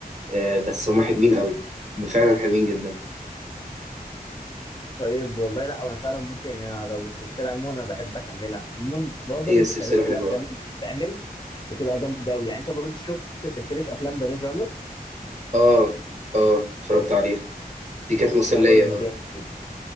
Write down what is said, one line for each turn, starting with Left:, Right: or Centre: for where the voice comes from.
Right: آه، بس هما حلوين قوي هما فعلا حلوين جدا
Left: طيب والله لا انا فعلا ممكن يعني لو السلسله عموما انا بحب اكملها عموما معظم
Right: هي السلسله
Left: سلاسل
Right: حلوه
Left: الافلام اللي بتتعمل بتبقى جامده قوي يعني انت برضو شفت سلسله افلام ذا ميز رانر
Right: اه اه اتفرجت عليها دي كانت مسليه
Left: ده برضو
Right: اه
Left: جامد جدا